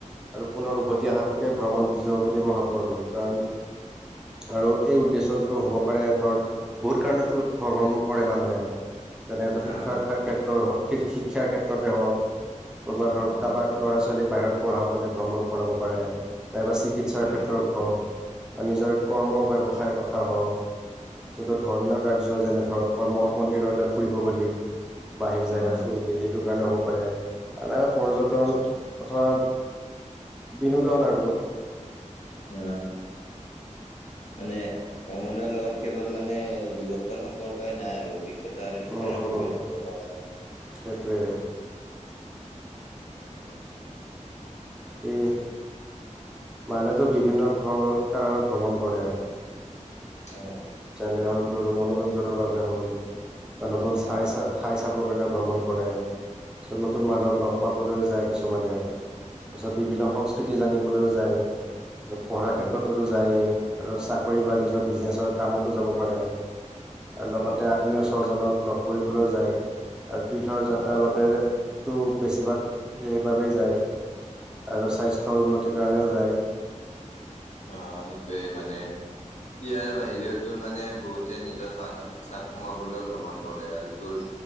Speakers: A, in the centre; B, on the left.
A: আৰু পুনৰ উভতি অহাটোকে ভ্ৰমণ বুজা বুলি মই ভাবোঁ আৰু কাৰণ আৰু এই উদ্দেশ্য যিটো হ'ব পাৰে ধৰ বহুত কাৰণেত ভ্ৰমণ কৰে মানুহে যেনে শিক্ষা
B: অ
A: ক্ষেত্ৰৰ শিক্ষাৰ ক্ষেত্ৰতে হওক, ক'ৰবাত ধৰক
B: অ অ
A: কাৰোবাক ল'ৰা-ছোৱালীক বাহিৰত পঢ়াবলৈ ভ্ৰমণ কৰাব পাৰে, নাইবা চিকিৎসাৰ
B: অ
A: ক্ষেত্ৰত হওক নিজৰ কৰ্ম ব্যৱসায়ৰ কথা হওঁক, য' ধৰ্মীয় কাৰ্য যেনে ধৰক মঠ- মন্দিৰলৈ ফুৰিব গ'লি বাহিৰ জেগাত
B: অ
A: ফুৰিলি সেইটো কাৰণে হ'ব পাৰে আৰুনাইবা পৰ্যটন
B: আচ্ছা
A: অথোৱা বিনোদন আৰু?
B: অ মানে ভ্ৰমণৰ লগত কেৱল মানে দূৰত্বৰ সম্পৰ্কে নাই আৰু, অভিজ্ঞতা আৰু
A: উম
B: শিক্ষাৰো
A: উম
B: গভীৰ সম্পৰ্ক আছে।
A: সেইটোৱে
B: উম
A: কিহ মানুহতো বিভিন্ন কাৰণত ভ্ৰমণ কৰে।
B: অ
A: যেনে হ'ল মনোৰঞ্জনৰ বাবে হ'ল, বা নতুন চাইছা
B: অ
A: থাইচাপ কাৰণে ভ্ৰমণ কৰে, নতুন মানুহক লগ পাবলৈ যায় কিছুমানে, তাৰপিছত বিভিন্ন সংস্কৃতি জানিবলৈও যায়, তাৰপিছত পঢ়াৰ
B: অ
A: ক্ষেত্ৰততো যায়েই আৰু চাকৰি বা নিজৰ বিজনেচৰ কামতো যাব প পাৰে আৰু লগতে
B: অ
A: আত্মীয় স্বজনক লগ কৰিবলৈও যায়, আৰু তীৰ্থৰ যাত্ৰাৰ
B: অ অ
A: বাবেতো বেছিভাগ সেইবাবেই যায়, আৰু স্বাস্থ্যৰ উন্নতিৰ কাৰণেও যায়,
B: অ' সেইটোয়ে মানে, ইয়াৰ বাহিৰেও তো মানে বহুতে নিজৰ মানসিক চাপ কমাবলৈ ভ্ৰমণ কৰে, আৰু তোৰ